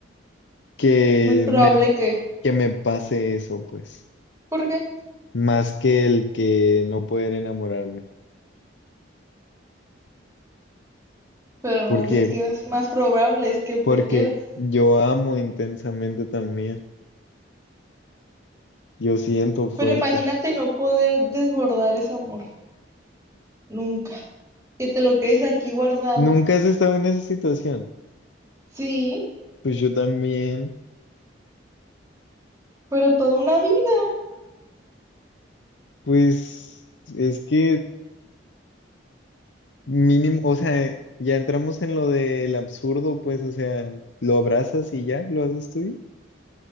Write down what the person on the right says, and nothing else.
muy probable
que
¿Por qué?
Pero
no es de que es más probable es que prefieras.
Pero imagínate no poder desbordar ese amor, nunca. Que te lo quedes aquí guardado.
Sí,
pero toda una vida.